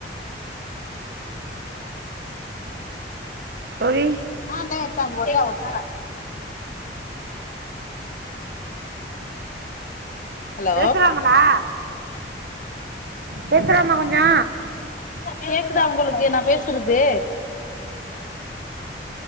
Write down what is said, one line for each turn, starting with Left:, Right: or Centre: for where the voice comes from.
Right: தோழி
Left: ஆ தா தே ஒர்க் ஒர்ஷ ஹலோ
Right: பேசுறாங்களா பேசுலாமா கொஞ்சோ
Left: கேக்குதா ஒங்களுக்கு நா பேசுறது